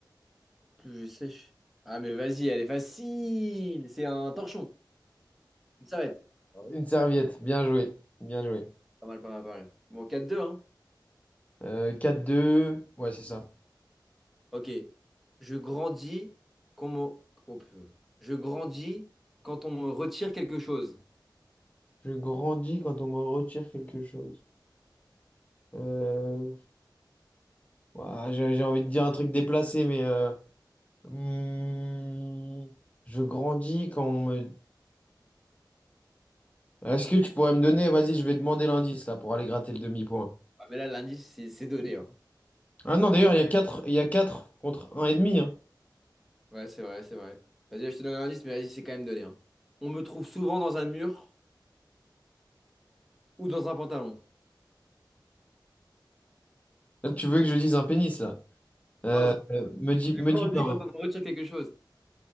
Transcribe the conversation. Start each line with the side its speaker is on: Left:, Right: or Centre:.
Centre: Plus je sèche. Ah, mais vas-y, elle est facile. C'est un torchon. Une s'arrête.
Left: Une serviette. Bien joué. Bien joué.
Centre: Pas mal, pas mal, pas mal. Bon, quatre deux, hein.
Left: Euh, 4-2. Ouais, c'est ça.
Centre: Ok. Je grandis quand mon- oh, peu. Je grandis quand on me retire quelque chose.
Left: Je grandis quand on me retire quelque chose. Euh, ouah, j'ai j'ai envie de dire un truc déplacé, mais. euh, hmm, je grandis quand on me. Est-ce que tu pourrais me donner. Vas-y, je vais demander l'indice là pour aller gratter le demi-point.
Centre: Ah, mais là, l'indice, c'est c'est donné. hein.
Left: Ah non, d'ailleurs, il y a quatre, il y a quatre contre 1,5. Hein.
Centre: Ouais, c'est vrai, c'est vrai. Vas-y, je te donne un indice, mais vas-y, c'est quand même donné. hein. On me trouve souvent dans un mur ou dans un pantalon.
Left: Là, tu veux que je dise un pénis là? Euh,
Centre: Non, c'est pas-
Left: euh, me dis, me
Centre: c'est comment
Left: dis
Centre: on
Left: pas.
Centre: dit
Left: hein.
Centre: quand on retire quelque chose?